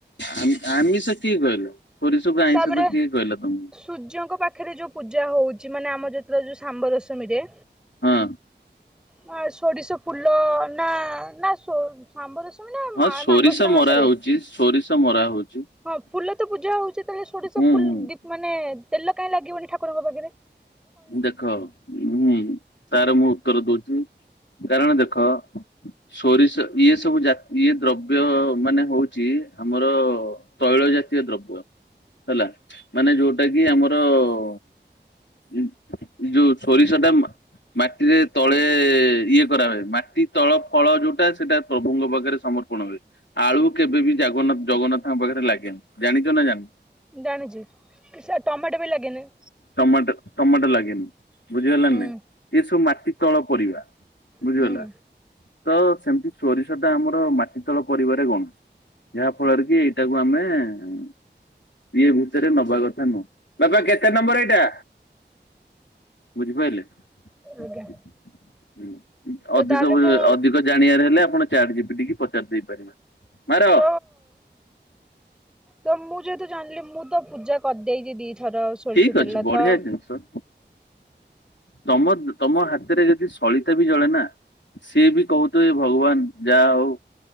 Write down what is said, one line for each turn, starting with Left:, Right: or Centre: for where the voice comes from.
Left: ଆମି ଆମିଷ କିଏ କହିଲା ସୋରିଷକୁ ଆଇଁଷ
Centre: ତାପରେ
Left: ତ କିଏ କହିଲା ତମୁକୁ।
Centre: ସୂର୍ଯ୍ୟଙ୍କ ପାଖେରେ ଯୋଉ ପୂଜା ହଉଛି ମାନେ ଆମ ଯେତେବେଳେ ଯୋଉ ଶାମ୍ବ ଦଶମୀରେ
Left: ହଁ।
Centre: ନା ଏ ସୋରିଷ ଫୁଲ ନା ନା ସୋ ଶାମ୍ବ ଦଶମୀ ନା
Left: ହଁ
Centre: ମା
Left: ସୋରିଷ
Centre: ମାଗଶିର
Left: ମରା
Centre: ମାସେରେ
Left: ହଉଛି ସୋରିଷ ମରା ହଉଛି
Centre: ହଁ ଫୁଲ ତ ପୂଜା ହଉଛି ତାହେଲେ ଏ ସୋରିଷ
Left: ହୁଁ
Centre: ଫୁଲ୍
Left: ହୁଁ।
Centre: ଦୀପ୍ ମାନେ ତେଲ କାଇଁ ଲାଗିବନି ଠାକୁରଙ୍କ ପାଖେରେ।
Left: ଦେଖ ହୁଁ ତାର ମୁଁ ଉତ୍ତର ଦଉଚି କାରଣ ଦେଖ ସୋରିଷ ଇଏ ସବୁ ଜା ଇଏ ଦ୍ରବ୍ୟ ମାନେ ହଉଚି ଆମର ତୈଳ ଜାତୀୟ ଦ୍ରବ୍ୟ। ହେଲା ମାନେ ଯୋଉଟା କି ଆମର ଉଁ ଇନ୍ତ୍ ଯୋଉ ସୋରିଷଟା ମା ମାଟିରେ ତଳେ ଇଏ କରା ହୁଏନି ମାଟି ତଳ ଫଳ ଯୋଉଟା ସେଟା ପ୍ରଭୁଙ୍କ ପାଖେରେ ସମର୍ ପଣ ହୁଏ ଆଳୁ କେବେ ବିି ଜାଗନ୍ନାଥ ଜଗନ୍ନାଥଙ୍କ ପାଖେରେ ଲାଗେନି ଜାଣିଚ ନା ଜାନ୍
Centre: ଜାଣିଛୁ ଉଁ ସେ ଟମାଟୋ ବି ଲାଗେନି।
Left: ଟମାଟୋ ଟମାଟୋ ଲାଗେନି। ବୁଝିହେଲା
Centre: ହୁଁ।
Left: ନା ନାଇଁ ଇଏ ସବୁ ମାଟି ତଳ ପରବା ବୁଝିଗଲା।
Centre: ହୁଁ
Left: ତ ସେମିତି ସୋରିଷଟା ଆମର ମାଟିିତଳ ପରିବାରେ ଗଣୁ। ଯାହା ଫଳେରେ କି ଏଇଟାକୁ ଆମେ ଉଁ ଇଏ ଭିତରେ ନବା କଥା ନୁହଁ। ବାପା କେତେ ନମ୍ବର ଏଇଟା? ବୁଝିପାଇଲେ ହୁଁ।
Centre: ଆଜ୍ଞା ତ
Left: ଉଁ ଅଧିକ
Centre: ତାହେଲେ
Left: <unintelligible>
Centre: ମୁଁ
Left: ଅଧିକ ଜାଣିଆର ହେଲେ ଆପଣ ଚାଟଜିପିଟି ଟିକେ ପଚାରି ଦେଇ ପାରିବେ ମାର।
Centre: ତ ତ ମୁଁ ଯେହେତୁ ଜାଣିଲି ମୁଁ ତ ପୂଜା କରିଦେଇଚି ଦିଥର। ସୋରିଷ
Left: ଠିକ୍ ଅଛି
Centre: ତେଲ
Left: ବଢିଆ
Centre: ତ
Left: ଜିନିଷ। ତମ-ତମ ହାତରେ ଯଦି ସଳିତା ବି ଜଳେ ନା ସିଏ ବି କହୁଥିଏ ଭଗବାନ ଯାହା ହଉ,